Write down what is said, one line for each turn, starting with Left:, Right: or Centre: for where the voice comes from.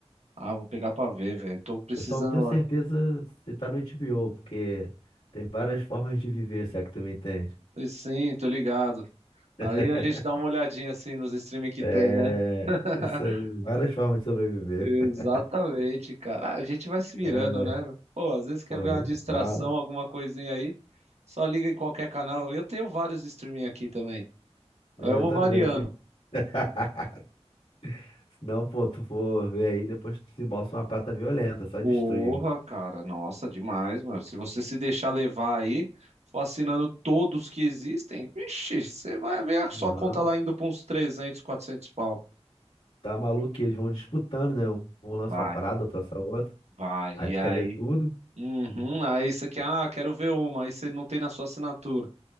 Right: Ah, vou pegar pra ver, velho. Tô precisando.
Left: Eu só não tenho
Right: ó.
Left: certeza se tá no HBO, porque tem várias formas de viver, se é que tu me entende.
Right: Sim, tô ligado.
Left: <laughs>
Right: Aí a gente dá uma olhadinha assim nos streams que
Left: É,
Right: tem, né? <laughs>
Left: isso aí. Várias formas de sobreviver.
Right: Exatamente,
Left: <laughs>
Right: cara. Ah, A gente vai se virando,
Left: É,
Right: né? Pô, às vezes quer
Left: pô,
Right: ver
Left: né?
Right: uma distração,
Left: Fala.
Right: alguma coisinha aí, só liga em qualquer canal. Eu tenho vários streaming aqui também.
Left: É,
Right: Aí eu
Left: Eu
Right: vou
Left: também.
Right: variando.
Left: tem- <laughs> Se não, pô, tu for ver aí, depois tu desembolsa uma prata violenta, só
Right: Porra,
Left: de streaming.
Right: cara, nossa, demais, mano. Se você se deixar levar aí, for assinando todos que existem, vixe, você vai ver a
Left: Não,
Right: sua conta lá indo pra uns 300, 400 pau.
Left: tá maluco, que eles vão disputando, né? Um lança
Right: Vai,
Left: uma parada, outro lança outra.
Right: vai.
Left: Aí
Right: E
Left: tu
Right: aí?
Left: quer ver tudo?
Right: Uhum, aí você quer, ah, quero ver uma, aí você não tem na sua assinatura.